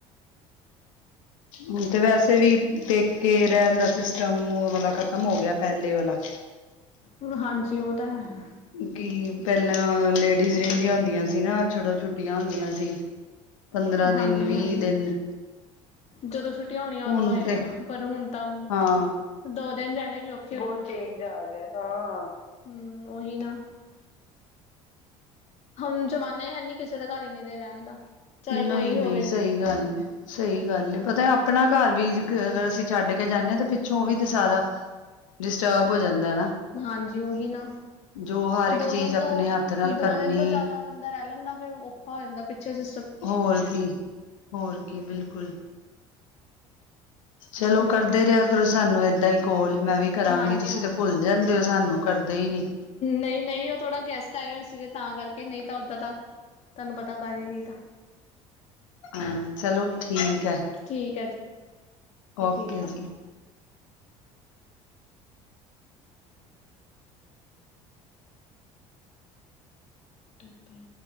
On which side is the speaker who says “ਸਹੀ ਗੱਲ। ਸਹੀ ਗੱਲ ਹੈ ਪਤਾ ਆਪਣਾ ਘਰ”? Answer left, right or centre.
Left